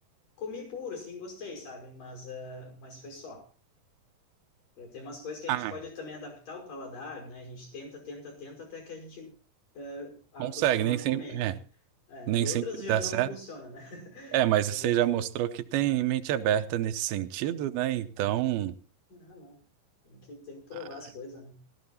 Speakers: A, on the left; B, on the right.
A: comi puro, assim, gostei, sabe? Mas, ah, mas foi só. É, Tem umas coisas que a
B: Ah,
A: gente pode também adaptar o paladar, né? A gente tenta, tenta, tenta até que a gente é, acostuma
B: consegue, nem
A: a comer,
B: sempre,
A: né?
B: é,
A: É,
B: nem
A: outras
B: sempre
A: já
B: dá
A: não
B: certo.
A: funcionam, né? <laughs>
B: É, mas
A: Mas
B: você
A: é,
B: já mostrou que tem mente aberta nesse sentido, né? Então,
A: ah, não. Tem que, tem que provar
B: ah,
A: as coisas, né?